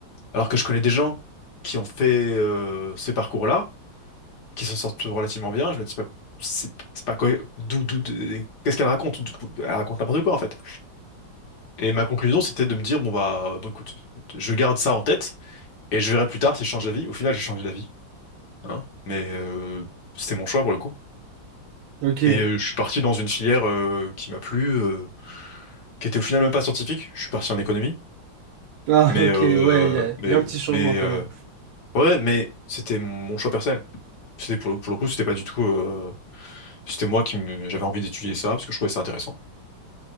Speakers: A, on the left (about 55°); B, on the right (about 75°).
A: Alors que je connais des gens qui ont fait euh, ces parcours-là, qui s'en sortent relativement bien. Je me dis c'est pas, c'est c'est pas cohé- d'où, d'où- de- qu'est-ce qu'elle raconte? D'où- Elle raconte n'importe quoi en fait. Et ma conclusion, c'était de me dire, bon bah, bon, écoute, je garde ça en tête et je verrai plus tard si je change d'avis. Au final, j'ai changé d'avis, hein, mais euh, c'était mon choix pour le coup.
B: Ok.
A: Et euh, je suis parti dans une filière euh, qui m'a plu, euh, qui était au final même pas scientifique. Je suis parti en économie,
B: Ah,
A: mais
B: ok.
A: euh,
B: Ouais, il y a,
A: mais
B: y a un petit changement
A: mais
B: quand
A: euh,
B: même.
A: ouais, mais c'était mon choix personnel. C'était pour le, pour le coup, c'était pas du tout. euh, c'était moi qui me- j'avais envie d'étudier ça parce que je trouvais ça intéressant.